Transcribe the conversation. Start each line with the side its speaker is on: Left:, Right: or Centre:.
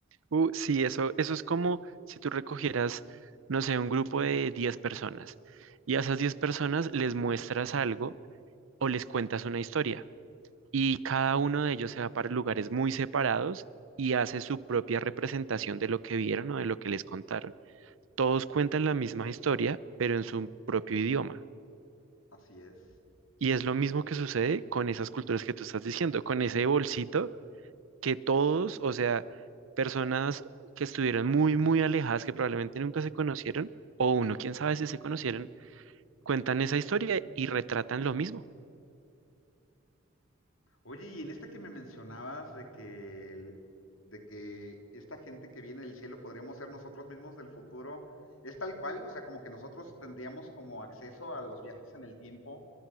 Right: uh, sí, eso, eso es como si tú recogieras, no sé, un grupo de diez personas y a esas 10 personas les muestras algo o les cuentas una historia. y cada uno de ellos se va para lugares muy separados y hace su propia representación de lo que vieron o de lo que les contaron. Todos cuentan la misma historia, pero en su propio idioma.
Left: Así es.
Right: Y es lo mismo que sucede con esas culturas que tú estás diciendo, con ese bolsito que todos, o sea, personas que estuvieron muy, muy alejadas, que probablemente nunca se conocieron, o uno, quién sabe si se conocieron, cuentan esa historia y retratan lo mismo.
Left: Oye, y en esta que me mencionabas de que, el- de que esta gente que viene del cielo podríamos ser nosotros mismos del futuro, ¿es tal cual? O sea, como que nosotros tendríamos como acceso a los viajes en el tiempo